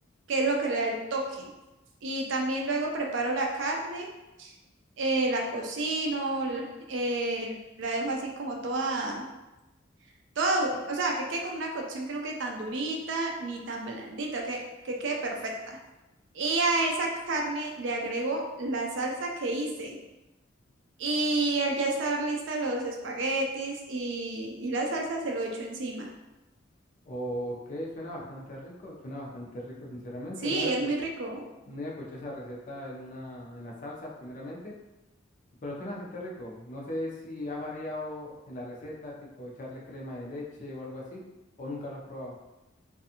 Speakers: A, on the right (about 70°); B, on the left (about 40°).
A: que es lo que le da el toque. Y también luego preparo la carne, eh, la cocino, l- eh, la dejo así como toda, toda, du- o sea, que quede con una cocción que no quede tan durita ni tan blandita, que, que quede perfecta. Y a esa carne le agrego la salsa que hice. Y al ya estar lista los espaguetis y, y la salsa se lo echo encima.
B: Ok, suena bastante rico, suena bastante rico, sinceramente.
A: Sí,
B: No voy
A: es muy rico.
B: a escuchar esa receta en una, en la salsa, primeramente, Pero suena bastante rico. No sé si has variado en la receta, tipo echarle crema de leche o algo así, o nunca lo has probado.